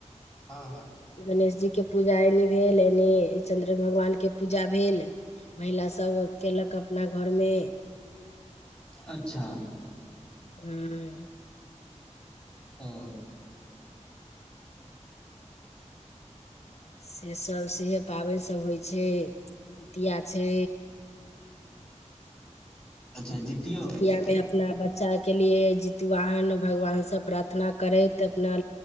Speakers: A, in the centre; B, on the left.
A: हँ हँ
B: गणेश जी के पूजा एनी भेल एनी चंन्द्र भगवान के पूजा भेल महिला सब कयलक अपना घरमे
A: अच्छा
B: हूं
A: ओ
B: से सभ सेहै पाबनि सभ होइ छै जीतिया छै
A: अच्छा जितियो
B: जीतियामे
A: होइ छै
B: आब अपना बच्चा के लिए जितवाहन भगवानसँ प्रार्थना करैत अपना